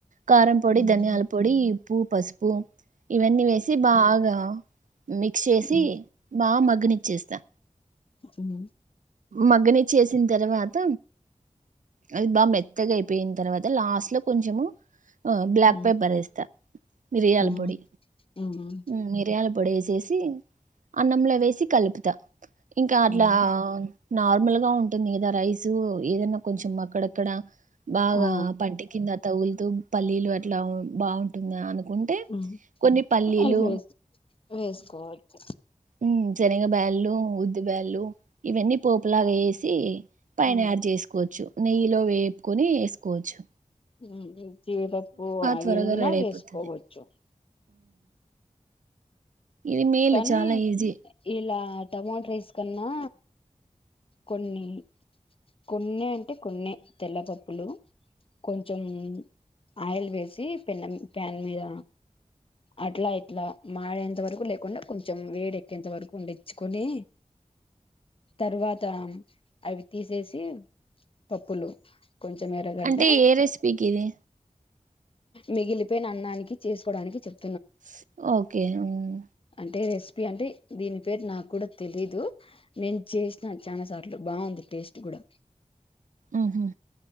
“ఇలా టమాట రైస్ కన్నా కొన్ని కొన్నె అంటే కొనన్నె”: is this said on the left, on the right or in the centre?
Left